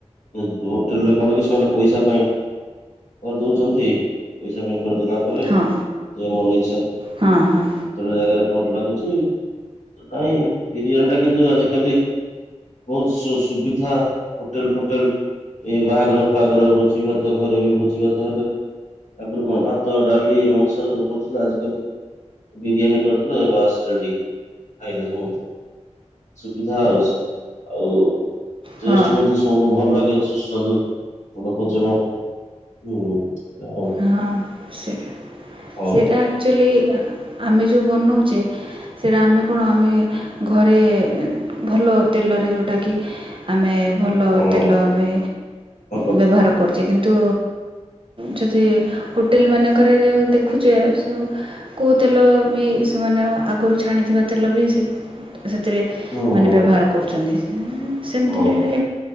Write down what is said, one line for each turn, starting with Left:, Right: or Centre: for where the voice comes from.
Left: ଯଦି ହୋଟେଲରେ କଣ କି ସେମାନେ ପଇସା ପାଇଁ କରିଦଉଚନ୍ତି, ପଇସା ପାଇଁ କରିଦେଲା ପରେ
Right: ହଁ
Left: ଯେ ମନଇଚ୍ଛା କେତେ
Right: ହଁ ହଁ
Left: ଗୁଡ଼ାଏ ଜାଗାରେ ଭଲ ଲାଗୁଛି, ନାଇଁ ବିରିୟାନୀଟା କିନ୍ତୁ ଆଜିିକାଲି ବହୁତ ସୁ-ସୁବିଧା ହୋଟେଲ ଫୋଟେଲ ଏଇ ବାହାଘର ଫହାଘର ଭୋଜି ଭାତ ଘରେ ବି ଭୋଜି ଭାତ ହେଲେ ଆଗରୁ କଣ ଭାତ ଡାଲି ମାଂସ ସବୁ କରୁଥିଲା ଆଜିକାଲି ବିରିୟାନୀ କରଦେଲେ ବାସ ରେଡି ଖାଇଲେ ସବୁ। ସୁବିଧା ଆଉ, ଆଉ ଟେଷ୍ଟ
Right: ହଁ
Left: ମଧ୍ୟ ସ ସୁ ଭଲ ଲାଗେ ସୁସ୍ୱାଦୁ ଭଲ ଭୋଜନ ହୁଁ ଆଉ।
Right: ହଁ ସେଇଟା,
Left: ହଉ
Right: ସେଇଟା ଆକ୍ଚୁଆଲି ଆମେ ଯେଉଁ ବନାଉଛେ ସେଇଟା ଆମେ କଣ ଆମେ ଘରେ ଭଲ ତେଲରେ ଯୋଉଟା କି ଆମେ ଭଲ
Left: ହଁ
Right: ତେଲ ଏବେ
Left: ଭଲ
Right: ବ୍ୟବହାର କରୁଛେ କିନ୍ତୁ ଯଦି ହୋଟେଲ ମାନଙ୍କରେ ଯେଉଁ ଦେଖୁଛେ ସବୁ କୋଉ ତେଲ ବି ସେମାନେ ଆଗରୁ ଛାଣିଥିବା ତେଲ ବି ସେ ସେଥିରେ
Left: ହୁଁ
Right: ମାନେ
Left: ହୁଁ
Right: ବ୍ୟବହାର କରୁଛନ୍ତି। ସେମତି
Left: ହଉ
Right: ଯେମିତି